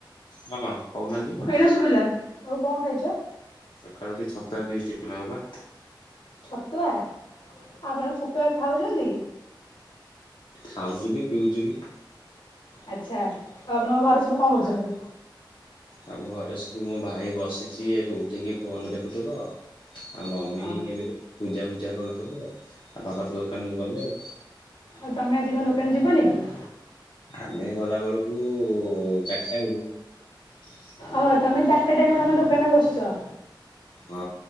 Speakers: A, on the left; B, on the left.
A: ହଁ କହୁନାହାନ୍ତି
B: ହଇଣା ଶୁଭିଲା ଆଉ କଣ ଖାଇଛ?
A: ସକାଳୁ ଉଠି ଛତୁଆ ପିଇଛି ଟିକେ ନାଗୁପା।
B: ଛତୁଆ ଆପଣ ଛତୁଆ ଖାଉଚନ୍ତି?
A: ଖାଉଚୁ ବି ପିଉଚୁ ବି।
B: ଆଚ୍ଛା, ଆଉ ଆପଣଙ୍କ ଘରେ ସବୁ କ କରୁଛନ୍ତି?
A: ଆମ ଘରେ ସବୁ ମୋ ଭାଇ ବସିଛି, ଏବେ ଉଠିକି ଫୋନ ଦେଖୁଥିବ। ଆଉ ମମି
B: ହଁ
A: ଏବେ ତ ପୂଜା ପୂଜା ର୍କରୁଥିବ, ଆ ଆଉ ବାପା ତ ଦୋକାନକୁ ଗଲେ ଆଉ।
B: ଆଉ ତମେ ଆଜି କଣ ଦୋକାନ ଯିବନି କି?
A: ଆମେ ଗଲା ବେଳକୁ ଚାରିଟା ହେଇଯିବ।
B: ଓହୋ ତମେ ଚାରିଟା ଟାଇମ ତେମ ଦୋକାନରେ ବସିଛ।
A: ହଁ